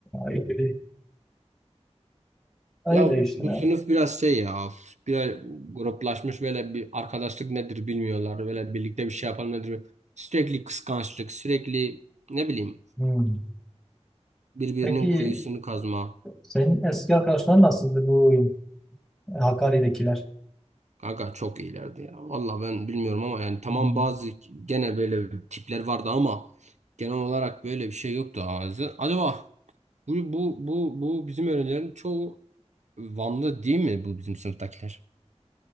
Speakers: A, in the centre; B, on the right.
A: Öyle, öyle
B: Ya
A: işte
B: bu
A: ya.
B: sınıf biraz şey ya. of, Biraz gruplaşmış böyle bir arkadaşlık nedir bilmiyorlar. Böyle birlikte bir şey yapalım nedir. Sürekli kıskançlık, sürekli ne bileyim
A: Hmm.
B: birbirinin
A: Peki
B: kuyusunu kazma.
A: senin eski arkadaşların nasıldı bu e, Hakkari'dekiler?
B: Kanka çok iyilerdi ya. Valla ben bilmiyorum ama yani tamam
A: Hmm.
B: bazı gene böyle tipler vardı ama genel olarak böyle bir şey yoktu ağzı. Acaba bu bu bu bu bizim öğrencilerin çoğu Vanlı değil mi bu bizim sınıftakiler?